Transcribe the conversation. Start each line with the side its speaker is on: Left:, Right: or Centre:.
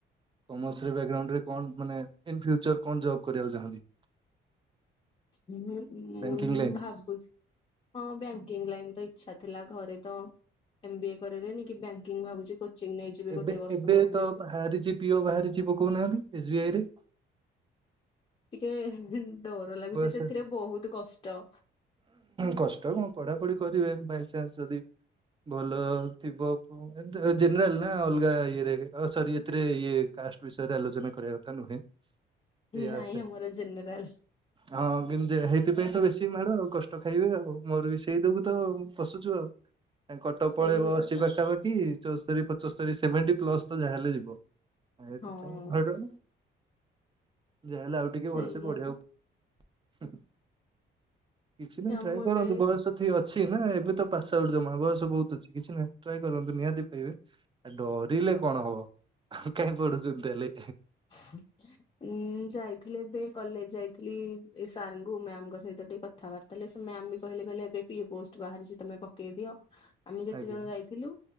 Right: କମର୍ସରେ ବ୍ୟାଗ୍ରାଉଣ୍ଡରେ କଣ, ମାନେ ଇନ ଫ୍ୟୁଚର୍ କଣ ଜବ୍ କରିବାକୁ ଚାହାଁନ୍ତି?
Left: ଯେ
Right: ବ୍ୟାଙ୍କିଙ୍ଗ
Left: ମୁଁ
Right: ଲାଇନ୍
Left: ଭାବୁଛି। ହଁ ବ୍ୟାଙ୍କିଙ୍ଗ୍ ଲାଇନ୍ ତ ଇଚ୍ଛା ଥିଲା, ଘରେ ତ ଏମବିଏ କରେଇଲେନି କି ବ୍ୟାଙ୍କ କି ମୁଁ ଭାବୁଛି କୋଚିଂ ନେଇଯିବି
Right: ଏବେ
Left: ଗୋଟେ ବର୍ଷ
Right: ଏବେ
Left: ଭୁବନେଶ୍ୱର।
Right: ତ ବାହାରିଛି ପିଓ ବାହାରିଛି ପକଉନାହାନ୍ତି ଏସବିଆଇ ରେ।
Left: ଟିକେ ଡର ଲାଗୁଚି,
Right: ବସ୍
Left: ସେଥିରେ ବହୁତ କଷ୍ଟ।
Right: କଷ୍ଟ କଣ ପଢ଼ାପଢ଼ି କରିବେ ବାଇଚାନ୍ସ ଯଦି ଭଲ ଥିବ <inaudible> ଉ, ଏମତି ଓ ଜେନେରାଲ ନା ଅଲଗା ଇଏ ରେ ଓ ସରି ଏଥିରେ ଇଏ କାଷ୍ଟ ବିଷୟରେ ଆଲୋଚନା କରିବା କଥା ନୁହେଁ। ଏଇ
Left: ନାଇଁ
Right: ଆପ୍ ରେ।
Left: ଆମର ଜେନେରାଲ।
Right: ହଁ କିନ୍ତୁ ହେଇଥିପାଇଁ ତ ବେଶ ଶୀ ମାଡ଼ ଆଉ କଷ୍ଟ ଖାଇବେ, ଆଉ ମୋର ବି ସେଇ ଯୋଗୁ ତ ମୁଁ ପଶୁଛୁ ଆଉ। ଏଁ କଟକ
Left: ସେଇଆ
Right: ପଳେଇବ ସେଇ
Left: ତ
Right: ପାଖାପାଖ କି ଚଉସ୍ତରୀ ପଚସ୍ତରୀ ସେଭେଣ୍ଟି ପ୍ଲସ୍ ତ ଯାହାହେଲେ ଯିବ ଆଉ ସେଇଥିପାଇଁ
Left: ହଁ
Right: ହଲାନି। ଯାହେଲେ ଆଉ ଟିକେ,
Left: ସେଇଆ
Right: ଭଲ ସେ ପଢିବାକୁ
Left: ତ
Right: ହୁଁ, ହୁଁ କିଛି ନାହିଁ
Left: ଆ,
Right: ଟ୍ରାଏ
Left: ମୁଁ
Right: କରନ୍ତୁ,
Left: ଏବେ
Right: ବୟସ ଥି- ଅଛି ନା, ଏବେ ତ ପାସ୍ ଆଉଟ୍ ଜମା ବୟସ ବହୁତ ଅଛି, କିଛି ନାହିଁ। ଟ୍ରାଏ କରନ୍ତୁ ନିହାତି ପାଇବେ। ଡରିଲେ କଣ ହବ ଆଉ କାଇ ପଢୁଛନ୍ତି ତାହେଲେ?
Left: ହୁଁ <unintelligible> ଉଁ ଯାଇଥିଲି ଏବେ କଲେଜ ଯାଇଥିଲି। ଏ ସାର୍ ଙ୍କୁ ମ୍ୟାମଙ୍କ ସହିତ ଟିକେ କଥାବାର୍ତ୍ତା ତାହେଲେ ସେ ମ୍ୟାମ୍ ବି କହିଲେ କହିଲେ ପିଏ ପୋଷ୍ଟ ବାହାରିଛି, ତମେ ପକେଇଦିଅ। ଆମେ ଯେତେ
Right: ଆଜ୍ଞା
Left: ଜଣ ଯାଇଥିଲୁ